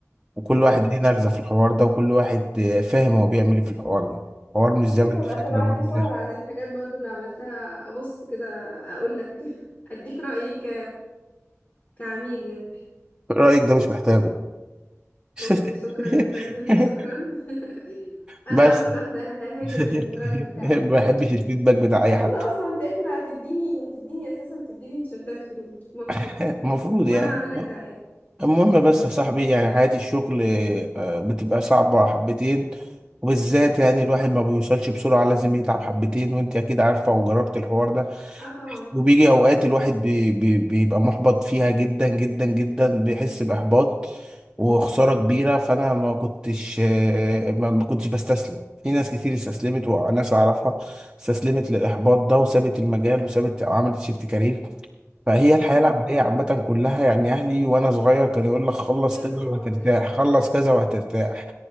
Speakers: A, on the right; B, on the left.
A: وكل
B: ف...
A: واحد ليه نغزة في الحوار ده وكل واحد فاهم هو بيعمل ايه في الحوار ده حوار مش
B: ممكن
A: زي ما انت
B: تبقى
A: فاكر
B: تبعتلي
A: إن هو بتاع.
B: صور عن الحاجات برضو اللي عملتها ابص كده اقول لك <laughs> اديك رأيي ك كعميل يعني
A: رأيك ده مش محتاجه <laughs>
B: اوكي شكرا يا فندم شكرا <laughs> انا
A: بس
B: اول واحدة ههاجم
A: <laughs>
B: البراند بتاعك
A: ما بحبش الفيدباك بتاع اي
B: المفروض
A: حد
B: اصلا انت احنا تديني تديني اساسا تديني تيشيرتات فري المفروض
A: <laughs> المفروض
B: وانا
A: يعني
B: هعمل لك دعاية
A: المهم بس يا صاحبي يعني حياة الشغل آه، بتبقى صعبة حبتين وبالذات يعني الواحد ما بيوصلش بسرعة لازم يتعب حبتين وانت اكيد عارفة وجربت الحوار ده
B: اه طبعا
A: وبيجي اوقات الواحد بي بي بيبقى محبط فيها جدا جدا جدا بيحس بإحباط وخسارة كبيرة فانا ما كنتش آه، ما ما كنتش بستسلم في ناس كتير استسلمت وناس اعرفها استسلمت للإحباط ده وسابت المجال وسابت عملت شيفت كارير فهي الحياة
B: مم.
A: العملية عامة كلها يعني أهلي وأنا صغير كان يقول لك خلص
B: فيها
A: كذا
B: صعوبات
A: وهترتاح
B: لازم
A: خلص كذا وهترتاح